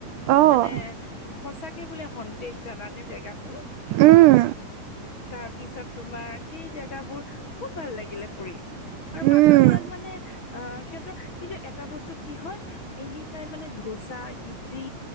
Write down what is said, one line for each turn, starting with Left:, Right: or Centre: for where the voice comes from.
Right: অ',
Left: মানে সচাকে বোলে হণ্ন্তেজ জানা নে জেগাটো
Right: উম,
Left: তাৰপিছত তোমাৰ সেই জেগাবোৰ খুব ভাল লাগিলে ফুৰি। আৰু
Right: উম,
Left: মানুহ বিলাক মানে আহ সিহঁতৰ কিন্তু এটা বস্তু কি হয় এনি টাইম মানে ধোচা, ইডলি